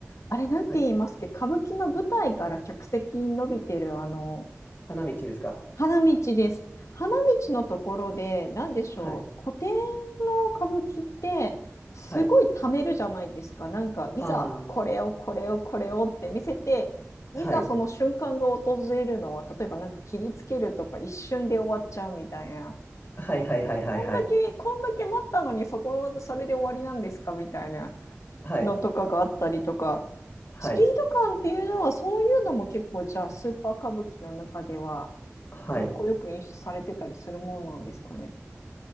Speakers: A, on the left; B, on the left.
A: あれなんて言いますっけ、
B: はい。
A: 歌舞伎の舞台から客席に伸びてる、あの、
B: 花道ですか
A: 花道です。花道のところで、なんでしょう、
B: はい、
A: 古典の歌舞伎って、すごい貯めるじゃないですか。
B: はい。
A: なんか、いざ、
B: あ
A: これを、これを、これをって見せて、いざその瞬間が訪れるのは、
B: あ、はい、
A: 例えばなんか切りつけるとか、一瞬で終わっちゃうみたいな。
B: はい、はい、はい、はい、
A: こんだけ、
B: はい、
A: こんだけ待ったのに、そこ、それで終わりなんですかみたいな
B: はい、
A: のとかがあったりとか、
B: はい、
A: スピード感っていうのは、そういうのも結構、じゃあ、スーパー歌舞伎の中では、
B: はい。
A: かっこよく演出されてたりするもんなんですかね。